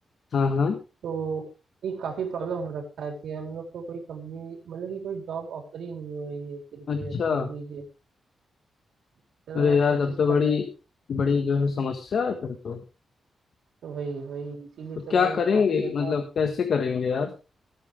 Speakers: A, on the left (about 50°); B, on the right (about 85°).
A: हाँ हाँ
B: तो ये काफी प्रॉब्लम हो रखा है कि हम लोग को कोई कंपनी मतलब कि कोई जॉब ऑफर ही नहीं हो रही है एक तरीके
A: अच्छा
B: से समझ लीजिए इतना
A: अरे यार
B: कोशिश
A: तब तो बड़ी
B: कर रहे हैं
A: बड़ी जो है समस्या है फिर तो,
B: तो वही वही इसीलिए
A: तो
B: तो
A: क्या
B: भाई
A: करेंगे
B: काफी ज्यादा
A: मतलब कैसे करेंगे यार